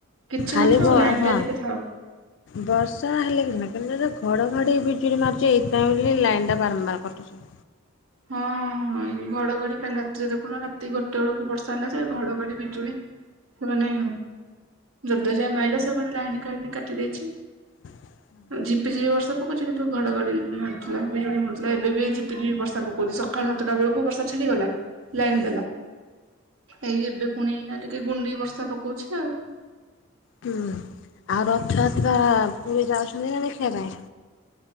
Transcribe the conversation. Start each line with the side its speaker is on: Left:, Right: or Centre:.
Right: କିଛି
Left: ଖାଲି
Right: ନଥାଉ
Left: ବ
Right: ଲାଇନ୍
Left: ହଁ
Right: ଟା ଟିକେ ଥାଉ।
Left: ବର୍ଷା ହେଲେ କି ନାହିଁ କିନ୍ତୁ ଯଦି ଘଡଘଡି ବିଜୁଳି ମାରୁଛି ଏଇଥିପାଇଁ ବୋଲି ଲାଇନ୍ ଟା ବାରମ୍ବାର କଟୁଛି।
Right: ହଁ। ହଁ ଏଇ ଘଡଘଡି କାଲି ରାତିରେ ଦେଖୁନ ରାତି ଗୋଟେ ବେଳକୁ ବର୍ଷା ହେଲା ଯେ ଘଡଘଡି, ବିଜୁଳି। ସେମାନେ ଯଦ ଯା ମାଇଲା ସେମାନେ ଲାଇନ୍ କା କାଟି ଦେଇଛି।
Left: ହୁଁ।
Right: ଝିପିଝିପି ବର୍ଷା ପକୋଉଚି କିନ୍ତୁ ଘଡଘଡି ମାରୁଥୁଲା ବିଜୁଳି ମାରୁଥିଲା ଏବେ ବି ଝିପିଝିପି ବର୍ଷା ପ କଉଚି ସକାଳ ସାତଟା ବେଳକୁ ବର୍ଷା ଛାଡିଗଲା ଲାଇନ
Left: ହୁଁ।
Right: ଦେଲା। ଏଇ ଏବେ ପୁଣି ଏନା ଟିକେ ଗୁଣ୍ଡି ବର୍ଷା ପକୋଉଛି ଆଉ।
Left: ହୁଁ ଆଉ ରଥଯାତ୍ରା ପୁରୀ ଯାଉଛନ୍ତି ନା ଦେଖିବା ପାଇଁ?